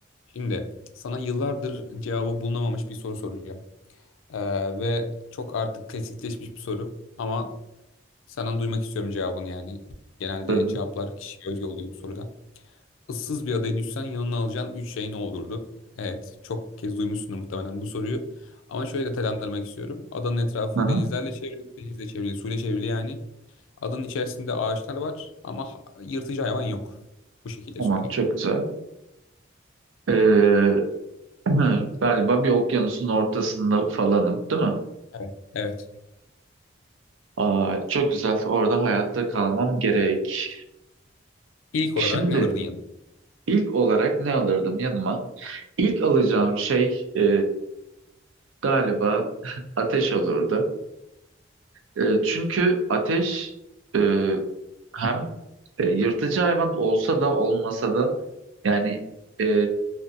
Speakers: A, on the left (about 85°); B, on the right (about 80°).
A: Şimdi sana yıllardır cevabı bulunamamış bir soru soracağım. Ee, ve çok artık klasikleşmiş bir soru ama senden duymak istiyorum cevabını yani. Genelde
B: Bölüm.
A: cevaplar kişiye özgü oluyor bu soruda. Issız bir adaya düşsen yanına alacağın 3 şey ne olurdu? Evet, çok kez duymuşsundur muhtemelen bu soruyu. Ama şöyle detaylandırmak istiyorum. Adanın etrafı
B: Hı hı.
A: denizlerle çevrili, denizle çevrili, suyla çevrili yani. Adanın içerisinde ağaçlar var ama ha- yırtıcı hayvan yok. Bu şekilde
B: Tamam
A: söyleyeyim.
B: çok güzel. Ee, <clears throat> galiba bir okyanusun ortasında falanım değil mi?
A: Evet. Evet.
B: Aa, çok güzel orada hayatta kalmam gerek.
A: İlk
B: Şimdi
A: olarak ne alırdın yanına?
B: ilk olarak ne alırdım yanıma? İlk alacağım şey e, galiba <laughs> ateş olurdu. E, çünkü ateş e, hem e, yırtıcı hayvan olsa da olmasa da yani e,